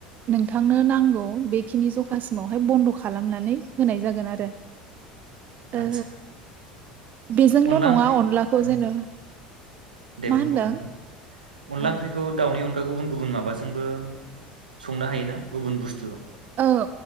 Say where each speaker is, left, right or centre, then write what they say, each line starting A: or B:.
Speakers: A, on the right (about 40°); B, on the right (about 80°).
A: नोंथांनो नांगौ बेखिनि जखासिमावहाय बन्द' खालामनानै होनाय जागोन आरो ओ
B: आदसा
A: बेजोंल'
B: अनला
A: नङा
B: ओंख्रि
A: अनलाखौ जेन'
B: औ दे
A: मा
B: बुंबावनो
A: होनदों
B: हागोन अनला
A: ओ
B: ओंख्रिखौ दाउनि अनगा गुबुन गुबुन माबाजोंबो संना हायोना गुबुन बुस्थु
A: औ